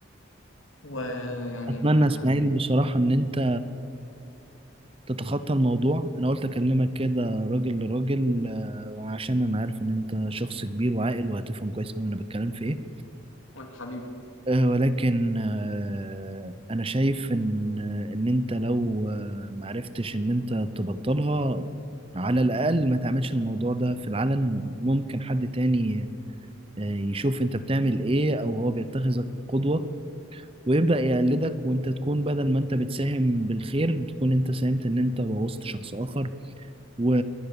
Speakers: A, on the left; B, on the right.
A: ويعني
B: اتمنى
A: ما
B: اسماعيل بصراحة ان انت تتخطى الموضوع انا قلت اكلمك كده راجل لراجل آه، عشان انا عارف ان انت شخص كبير وعاقل وهتفهم كويس اوي انا بتكلم في ايه
A: قول حبيبي
B: آه، ولكن آه، انا شايف ان ان انت لو آه، معرفتش ان انت تبطلها على الاقل ما تعملش الموضوع ده في العلن ممكن حد تاني آه، يشوف انت بتعمل ايه او هو بيتخذك قدوة ويبدأ يقلدك وانت تكون بدل ما انت بتساهم بالخير تكون انت ساهمت ان انت بوظت شخص اخر و...